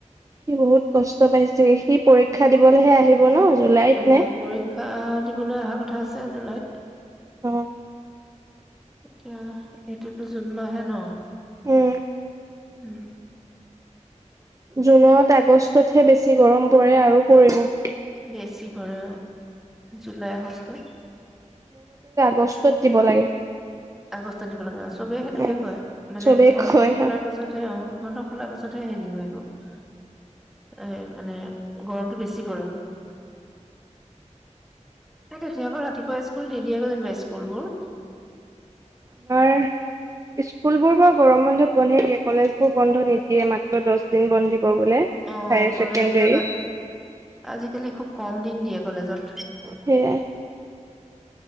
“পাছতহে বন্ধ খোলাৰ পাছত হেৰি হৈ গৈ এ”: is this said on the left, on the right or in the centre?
Centre